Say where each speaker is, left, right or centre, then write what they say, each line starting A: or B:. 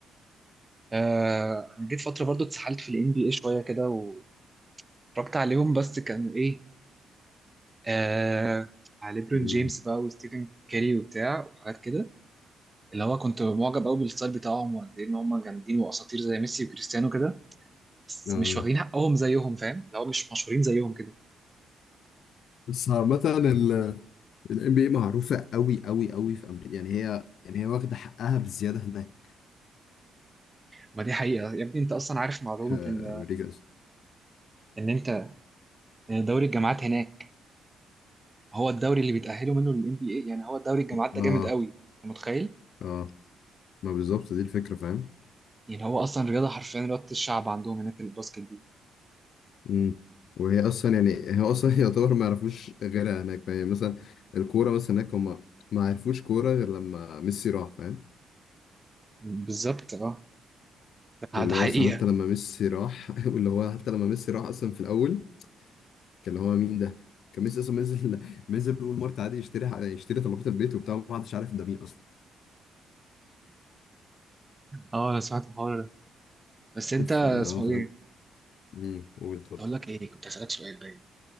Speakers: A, on the right (about 20°); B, on the left (about 65°).
A: آه أنا جيت فترة برضو اتسحلت في ال NBA شوية كده واتفرجت عليهم بس كان إيه آه على ليبرون
B: مم.
A: جيمس بقى وستيفن كاري وبتاع وحاجات كده اللي هو كنت معجب قوي بالستايل بتاعهم وقد إيه إن هم جامدين وأساطير زي ميسي وكريستيانو كده بس
B: آه.
A: مش واخدين حقهم زيهم فاهم اللي هو مش مشهورين زيهم كده
B: بس عامة ال ال NBA معروفة قوي قوي قوي في أمريكا يعني هي يعني هي واخدة حقها بزيادة هناك
A: ما دي حقيقة يا ابني أنت أصلا عارف معلومة
B: في
A: إن
B: أمريكا أصلا
A: إن أنت إن دوري الجامعات هناك هو الدوري اللي بيتأهلوا منه لل NBA يعني هو دوري الجامعات
B: اه
A: ده جامد قوي أنت متخيل؟
B: اه ما بالظبط دي الفكرة فاهم
A: يعني هو أصلا رياضة حرفيا رياضة الشعب عندهم هناك الباسكت
B: مم. وهي اصلا يعني هي اصلا <laughs> يعتبر ما يعرفوش غيرها هناك فاهم مثلا الكوره مثلا هناك هم ما عرفوش كوره غير لما ميسي راح فاهم
A: بالظبط اه ده
B: واللي
A: ده حقيقة
B: هو اصلا حتى لما ميسي راح <laughs> واللي هو حتى لما ميسي راح اصلا في الاول كان اللي هو مين ده كان ميسي اصلا منزل منزل <laughs> اول مره عادي يشتري يشتري طلبات البيت وبتاع ما حدش عارف ده مين اصلا
A: اه انا سمعت الحوار ده بس
B: <laughs>
A: انت
B: فاللي
A: اسمه
B: هو فاهم
A: ايه
B: امم قول اتفضل
A: كنت هقول لك ايه كنت هسألك سؤال باين